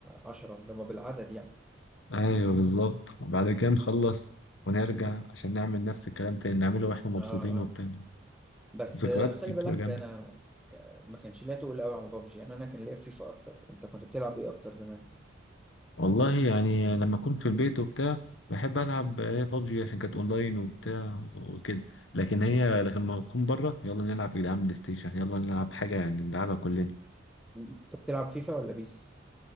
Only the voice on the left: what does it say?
ايوه بالظبط وبعد كده نخلص ونرجع عشان نعمل نفس الكلام تاني نعمله واحنا مبسوطين
وبتاع
ذكريات
دي بتبقى
جامدة
والله يعني لما اكون في البيت وبتاع بحب العب بابجي عشان كانت اونلاين وبتاع وكده لكن هي لكن لما اكون بره يلا نلعب يا جدعان بلاي ستيشن يلا نلعب حاجة يعني نلعبها كلنا